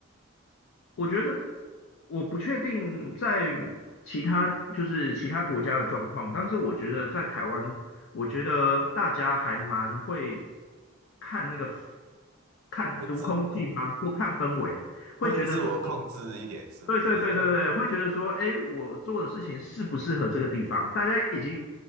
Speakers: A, on the left; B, on the right.
A: 我觉得我不确定在其他就是其他国家的状况，但是我觉得在台湾，我觉得大家还蛮会看那个看读空气吗？
B: 会自
A: 或看氛围，
B: 会自我控制一点，
A: 会觉得说。
B: 是不是？
A: 对对对对对，会觉得说，哎，我做的事情适不适合这个地方？大家已经